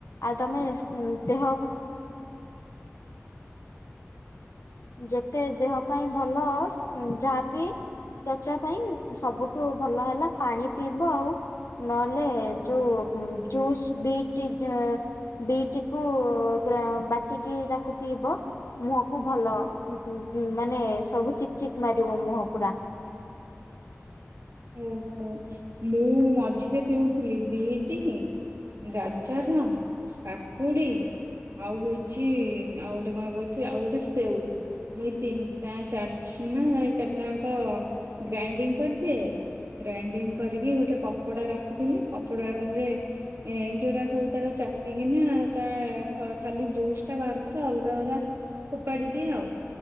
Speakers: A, on the left (about 75°); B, on the right (about 65°).
A: ଆଇ ତମେ ଦେହ ଯେତେ ଦେହ ପାଇଁ ଭଲ ଯାହାବି ତ ଉଚା ପାଇଁ ସବୁଠୁ ଭଲ ହେଲା ପାଣି ପିଇବ ଆଉ ନହେଲେ ଯୋଉ ଜୁସ୍ ବିଟ୍ ଯୁଁ ବିଟିକୁ ଗ୍ରା ବାଟିକି ତାକୁ ପିଇବ ମୁହଁକୁ ଭଲ। ଉ ହୁ ଯୁ ମାନେ ସବୁ ଚିକ୍ ଚିକ୍ ମାରିବ ମୁହଁ ପୁରା।
B: ଓହୋ ମୁଁ ମଝିରେ ପିଉଥିଲି ବିଟି ଗାଜର କାକୁଡ଼ି ଆଉ ହଉଛି ଆଉ ଗୋଟେ କଣ କରୁଥିଲି ଆଉ ଗୋଟେ ସେଉ। ମୁଇଁ ତିନିଟା ଚା ନା ଏ ଚାରିଟାଙ୍କ ଗ୍ରାଇଣ୍ଡିଙ୍ଗ କରିଦିଏ ଗ୍ରାଇଣ୍ଡିଙ୍ଗ କରିକି ଗୋଟେ କପଡ଼ା ରଖିଥିଲି କପଡାରେ ଏ ଯୋଉରା ସବୁ ତାର ଚାପିକିନା ତା ଖାଲି ଜୁସ୍ ଟା ବାହାର କର ଅଲଗା ଗୁରା ଫୋପାଡ଼ି ଦିଏ ଆଉ‌।